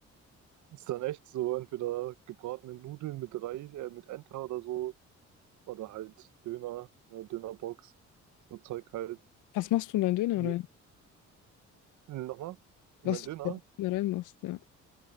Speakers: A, on the right; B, on the left.
A: das ist dann echt so, entweder gebratene Nudeln mit Rei, äh, mit Enter oder so, oder halt Döner, eine Dönerbox, so Zeug halt.
B: Was machst du in deinen Döner
A: Ja.
B: rein?
A: Nochmal,
B: Was
A: ich mein
B: du
A: Döner,
B: in deinen Döner reinmachst, ja.